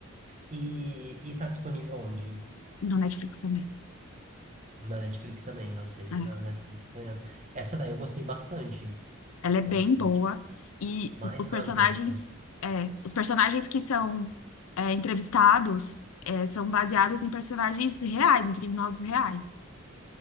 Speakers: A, on the right; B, on the left.
A: E, e tá disponível onde?
B: No Netflix também.
A: Na Netflix também, ou seja,
B: É.
A: na Netflix ganhando. Essa daí eu gostei bastante.
B: Ela é
A: Bastante.
B: bem boa. E
A: Mindhunter.
B: os personagens,
A: esse
B: é, os personagens que são é, entrevistados é, são baseados em personagens reais, em criminosos reais.